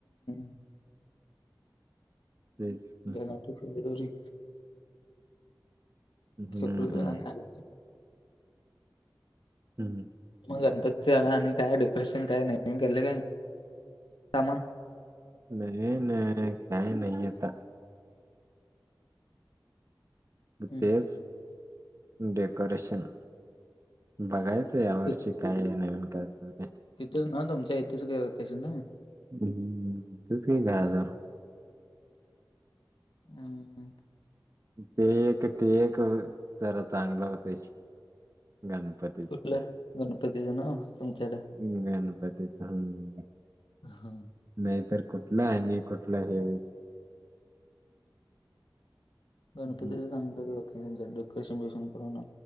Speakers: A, on the left; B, on the right.
A: <unintelligible>
B: तेच की.
A: जानेवारी फेब्रुवारी
B: हम्म
A: फेब्रुवारी आणि आगस्ट
B: हम् ह
A: मग गणपती आला आणि काय डेकोरेशन काय ने केले काय सामान
B: नाही नाही काय नाही आता.
A: हम्म.
B: तेच डेकोरेशन बघायच या वर्षी
A: ति-
B: काय नवीन करत काय
A: तिथंच ना तुमच्या इथेच त ना
B: हम्म तेच काय कायतां
A: <inaudible>
B: ते एक ते एक जरा चांगलं होत गणपती.
A: कुठलं? गणपतीच ना तुमच्याकडे
B: ह गन पातीच हम्
A: ह हां
B: नाही तरर कुठला आहे कुठला हे
A: गणपती
B: हम्म
A: सांग त्यांचं डेकोरेशन बकोशन करून